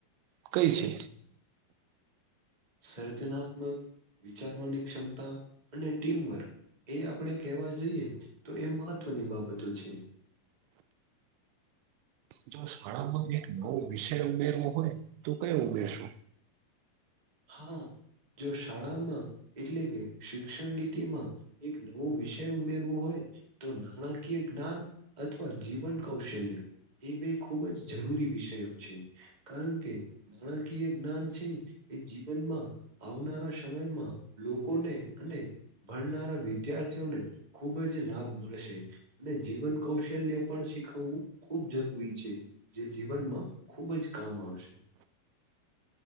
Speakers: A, on the right; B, on the right.
A: કઈ છે.
B: સર્જનાત્મક વિચારવાની ક્ષમતા અને ટીમવર્ક. એ આપણે કેવા જઈએ તો એ મહત્વની બાબતો છે.
A: જો શાળામાં એક નવો વિષય ઉમેરવો હોય તો કયો ઉમેરશું.
B: હા જો શાળામાં એટલે કે શિક્ષણ નીતિમાં એક નવો વિષય ઉમેરવો હોય તો નાણાકીય જ્ઞાન અથવા જીવન કૌશલ્ય એ બે ખૂબ જ જરૂરી વિષયો છે કારણ કે નાણાકીય જ્ઞાન છે એ જીવનમાં આવનારા સમયમાં લોકોને અને ભણનારા વિદ્યાર્થીઓને ખૂબ જ લાભ મળશે. અને જીવન કૌશલ્ય પણ શીખવવું ખુબ જરૂ છે જે જીવનમાં ખુબ જ કામ આવશે.